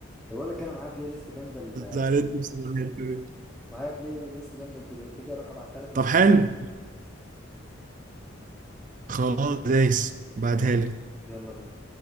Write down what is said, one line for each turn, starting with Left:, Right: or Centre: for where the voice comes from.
Centre: طب اقول لك انا معايا بلاي ليست جامده لتوليت
Right: زعلتني بصراحة الحتة دي.
Centre: معايا بلاي ليست جامده لتوليت تيجي اروح ابعتها لك ونسمع
Right: طب حلو خلاص دايس بعتها
Centre: ماشي
Right: لي
Centre: يلا بينا